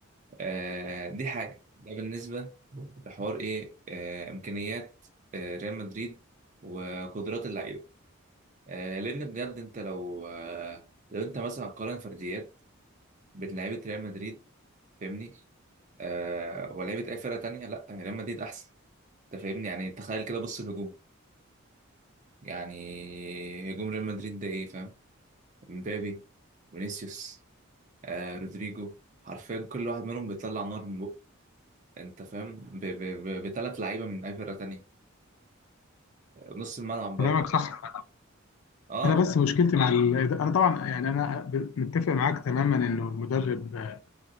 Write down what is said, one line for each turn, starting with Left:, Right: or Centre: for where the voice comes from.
Right: آه دي حاجه ده بالنسبه لحوار ايه آه امكانيات آه ريال مدريد وقدرات اللعيبه آه لان بجد انت لو آه لو انت مثلا قارن فرديات بين لعيبه ريال مدريد فاهمني آه ولعيبه اي فرقه تانية لا ريال مدريد احسن انت فاهمني يعني تخيل كده بص الهجوم يعني هجوم ريال مدريد ده ايه فاهم مبابي فينيسيوس آه رودريجو حرفيا كل واحد منهم بيطلع نار من بقه انت فاهم ب- ب- ب- بتلات لعيبه من اي فرقه تانية نص الملعب
Left: كلامك
Right: برضه
Left: صح
Right: اه
Left: انا بس مشكلتي مع ال... انا طبعا يعني انا ب- متفق معاك تماما انه المدرب آه،